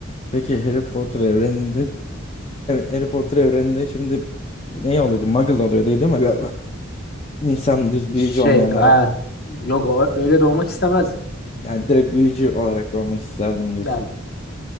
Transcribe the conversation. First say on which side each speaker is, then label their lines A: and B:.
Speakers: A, on the left; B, on the left.
A: Peki Harry Potter evreninde <clears throat> Harry Potter evreninde şimdi ne oluyordu? Muggle oluyordu değil mi galiba? İnsan düz büyücü
B: Şey,
A: olmayanlara.
B: ha, yok o- öyle doğmak istemezdim.
A: Yani direkt büyücü olarak doğmak isterdim diyorsun.
B: Yani